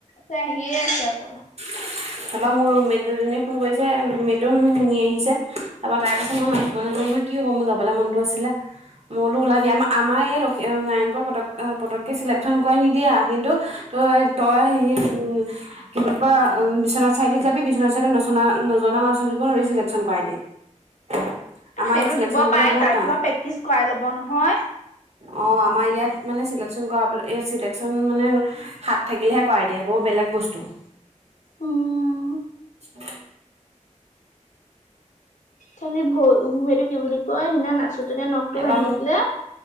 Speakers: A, on the left; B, on the right.
A: এইটো আহিয়ে আছে অকল।
B: <inaudible> তাৰাপৰা মোৰ ৰুমেট দুজনীয়ে ফোন কৰিছে, ৰুম মেটো হেনো শুনি আহিছে তাপা তাই কৈছে মই নাচিব নেজানো নহয়। কি হ'ব মোৰ যাবলে মনতটো আছিলে। মলো ওলাবি আমাৰ আমাৰ এই লাইতৰ ন পতক পটককে চিলেটখন কৰাই নিদিয়া কিন্তু তই-তই সি উম, কি বুলিকৈ বিশ্বনাথ চাৰিআলিত জাবি বিছনা চাইদত নচনা নজনা লৰা-ছোৱালী বোৰৰ চিলেক্টচন কৰাই দিয়ে। <inaudible>
A: সেইটো
B: চিলেকশ্যন
A: দিব
B: হ'বলৈ
A: পাৰে
B: বহুত
A: তাত
B: টান
A: কিবা প্ৰেক্টিচ কৰাই ল'ব নহয়।
B: অ, আমাৰ ইয়াত মানে চিলেক্টছন কৰাব ইয়াত চিলেক্টছন মানে, হাত থাকিলেহে কৰাই দিয়ে বৰ বেলেগ বস্তু।
A: উম,
B: <inaudible>
A: খালি ভ ভৰিদি বুলি, কয় সিদিনা নাচো তেনে নখ টো
B: এবাৰ
A: ভাঙি
B: মোক
A: থাকিলে,